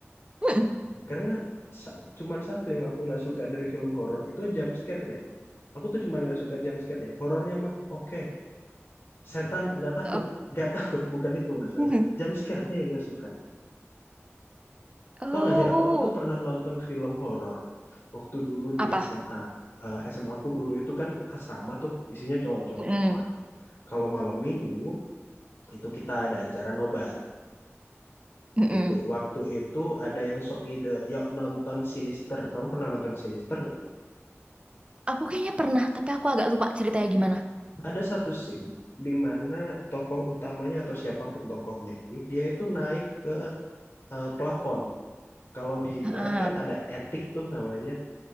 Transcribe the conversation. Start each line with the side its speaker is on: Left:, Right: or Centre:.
Right: Mm-mm.
Left: Karena sa- cuman satu yang aku nggak suka dari film horor itu jump scare-nya. Aku tuh cuman nggak suka jump scare-nya. Horornya mah oke. Setan nggak takut,
Right: Oh,
Left: nggak <laughs> takut bukan itu masalahnya.
Right: <laughs>
Left: Jump scare-nya yang nggak suka.
Right: Oh.
Left: Tau nggak sih? Aku aku tuh pernah nonton film horor waktu dulu di
Right: apa?
Left: SMA. Eh, SMA aku dulu itu kan asrama tuh isinya cowok-cowok
Right: Mm-mm.
Left: semua. Kalau malam minggu itu kita ada acara nobar.
Right: Mm-mm.
Left: gitu. Waktu itu ada yang sok ngide, yuk nonton Sinister. Kamu pernah nonton Sinister nggak?
Right: Aku kayaknya pernah, tapi aku agak lupa ceritanya gimana.
Left: Ada satu scene di mana tokoh utamanya atau siapapun tokohnya ini, dia itu naik ke eh, plafon. Kalau di
Right: Heeh.
Left: barat kan ada attic tuh namanya.